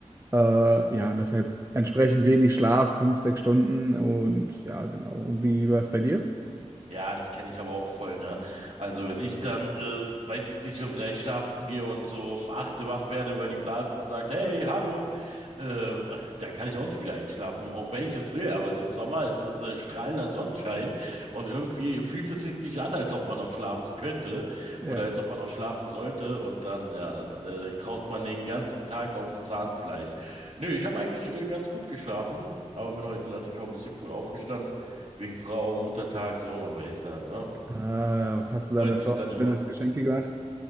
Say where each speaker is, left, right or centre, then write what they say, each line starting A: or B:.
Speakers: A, on the right; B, on the right.
A: Äh, ja, und deshalb entsprechend wenig Schlaf, fünf, sechs Stunden und ja, genau. Und wie war es bei dir?
B: Ja, das kenne ich aber auch voll, ne? Also wenn ich dann, äh, weiß ich nicht, um drei schlafen gehe und so um acht wach werde, weil die Blase sagt, hey, hallo, ähm, <laughs> da kann ich auch nicht wieder einschlafen, auch wenn ich es will, aber es ist Sommer, es ist äh, strahlender Sonnenschein und irgendwie fühlt es sich nicht an, als ob man noch schlafen könnte
A: Ja.
B: oder als ob man noch schlafen sollte und dann, ja, dann äh, kraucht man den ganzen Tag auf dem Zahnfleisch. Nö, ich habe eigentlich äh, ganz gut geschlafen, aber bin heute natürlich auch ein bisschen früh aufgestanden. Wegen Frau, Muttertag, so, man weiß ja, ne?
A: Ah, hast du deiner
B: Freut sich
A: Frau ein
B: dann
A: schönes
B: immer.
A: Geschenk
B: Ja.
A: gemacht?